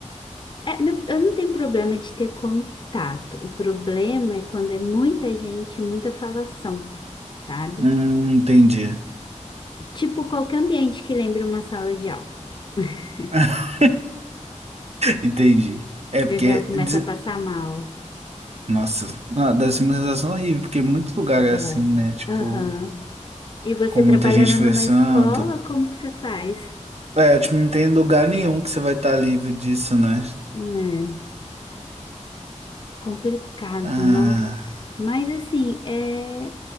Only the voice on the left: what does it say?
é, meu, eu não tenho problema de ter contato. O problema é quando é muita gente, muita falação, sabe?
Tipo qualquer ambiente que lembre uma sala de aula. <laughs>
Eu já começo
a passar mal.
É.
Aham. E você
trabalhando
numa escola, como que você faz?
É, complicado,
nossa. Mas assim, é...